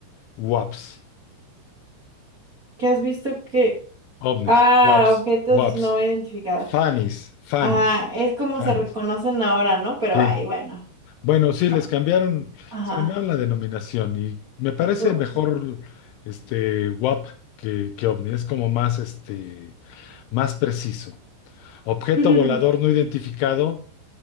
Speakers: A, on the left; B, on the right.
A: WAPs
B: ¿Qué has visto que...
A: ovnis,
B: Ah,
A: waps,
B: objetos
A: waps,
B: no identificados.
A: fanis, fanis,
B: Ajá, es como
A: fanis.
B: se reconocen ahora, ¿no? Pero
A: Sí.
B: ay, bueno.
A: Bueno, sí, les
B: O-
A: cambiaron,
B: Ajá.
A: les cambiaron la denominación y me parece
B: Pero-
A: mejor este WAP que, que ovni. Es como más este, más preciso. Objeto
B: <laughs>
A: volador no identificado,